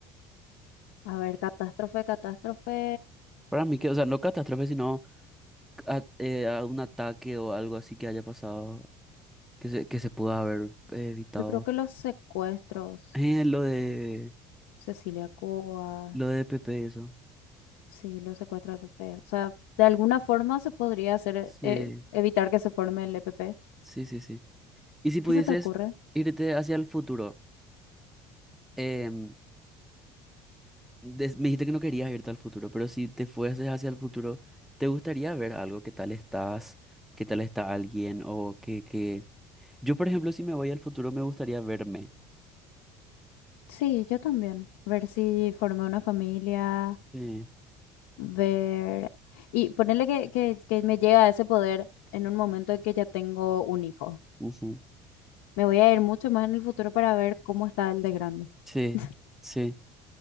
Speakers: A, on the left; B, in the centre.
A: A ver, catástrofe, catástrofe.
B: Para mí que, o sea, no catástrofe, sino a, eh, a un ataque o algo así que haya pasado, que se, que se pudo haber eh, evitado.
A: Yo creo que los secuestros,
B: Eh, lo de,
A: Cecilia Cubas,
B: lo de Pepe, eso.
A: sí, los secuestros de PP. O sea, de alguna forma se podría hacer,
B: Sí,
A: eh, evitar que se forme el EPP.
B: sí, sí, sí. Y si pudieses
A: ¿Qué se te ocurre?
B: irte hacia el futuro, em, des- me dijiste que no querías irte al futuro, pero si te fueses hacia el futuro, ¿te gustaría ver algo? ¿Qué tal estás? ¿Qué tal está alguien? O que, que... Yo, por ejemplo, si me voy al futuro, me gustaría verme.
A: Sí, yo también. Ver si formé una familia,
B: Sí,
A: ver... Y ponerle que, que, que me llega a ese poder en un momento en que ya tengo un hijo.
B: ujú,
A: Me voy a ir mucho más en el futuro para ver cómo está el de grande.
B: Sí,
A: <laughs>
B: sí.